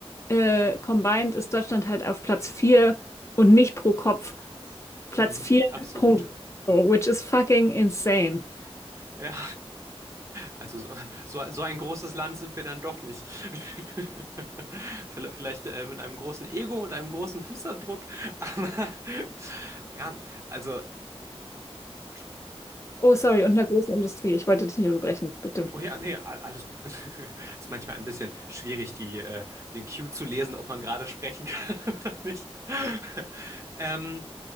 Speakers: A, on the left; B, on the right.
A: äh, combined ist Deutschland halt auf Platz 4 und nicht pro Kopf. Platz
B: mhm,
A: 4.
B: absolut.
A: Punkt. So, Which is fucking insane.
B: Ja, also so, so, so ein großes Land sind wir dann doch nicht. <laughs> Vielleicht, vielleicht äh, mit einem großen Ego und einem großen Fußabdruck, aber <laughs> ja, also, Entschuldigung.
A: Oh, sorry, und einer großen Industrie. Ich wollte dich nicht unterbrechen, bitte.
B: Oh ja, nee, a- alles gut. <laughs> Ist manchmal ein bisschen schwierig, die, äh, den Cue zu lesen, ob man gerade sprechen kann <laughs> oder nicht. <laughs> Ähm,